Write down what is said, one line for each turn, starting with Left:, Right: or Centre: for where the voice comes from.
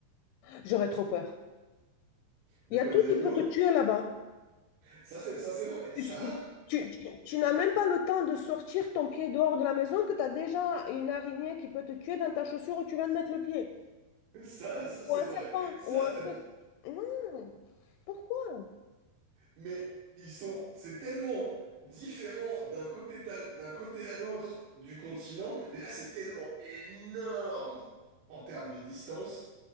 Left: J'aurais trop peur.
Right: De
Left: Il y
Right: quoi
Left: a tout
Right: des
Left: qui
Right: animaux?
Left: peut te tuer là-bas.
Right: Ça, c'est, ça, c'est vrai. Ça,
Left: Tu, tu- tu- tu n'as même pas le temps de sortir ton pied dehors de la maison que tu as déjà une araignée qui peut te tuer dans ta chaussure où tu viens de mettre le pied.
Right: <laughs> ça, ça, c'est
Left: Ou un
Right: vrai.
Left: serpent,
Right: Ça,
Left: ou un
Right: t'as-
Left: truc. Non, pourquoi?
Right: mais ils sont, c'est tellement différent d'un côté, ta- d'un côté à l'autre du continent. Déjà, c'est tellement énorme en termes de distance.